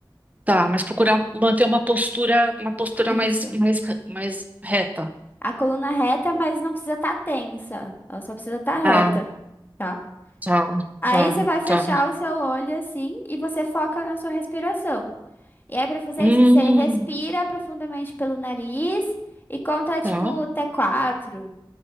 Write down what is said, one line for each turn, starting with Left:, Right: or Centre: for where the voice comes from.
Right: Tá, mas procurar manter uma postura, uma postura
Left: Isso.
Right: mais, mais, mais reta.
Left: A coluna reta, mas não precisa estar tensa. Ela só precisa estar reta,
Right: Ah,
Left: tá?
Right: tá,
Left: Aí
Right: tá,
Left: você vai fechar
Right: tá.
Left: o seu olho assim e você foca na sua respiração. E aí, pra fazer
Right: Hum,
Left: isso, você respira profundamente pelo nariz. E conta,
Right: tá,
Left: tipo, até quatro.